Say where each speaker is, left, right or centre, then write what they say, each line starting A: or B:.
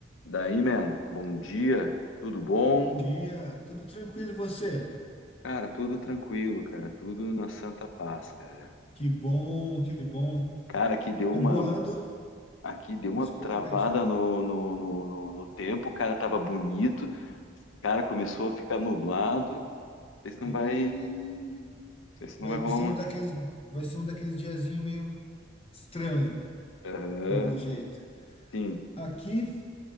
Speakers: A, on the left (about 80°); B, on the left (about 30°).
A: Daí, man, bom dia, tudo bom?
B: Bom dia, tudo tranquilo e você?
A: Cara, tudo tranquilo, cara, tudo na santa paz, cara.
B: Que bom, que bom.
A: Cara, aqui deu
B: Tô
A: uma,
B: bolando,
A: aqui deu uma
B: desculpa,
A: travada
B: cara.
A: no, no, no, no- no tempo, o cara tava bonito, cara, começou a ficar nublado, não sei se não
B: e
A: vai, não sei se
B: vai
A: não vai rolar
B: ser
A: uma...
B: um daqueles,
A: chu-
B: vai ser um daqueles diazinho meio estranho,
A: Aham,
B: pelo jeito.
A: sim.
B: Aqui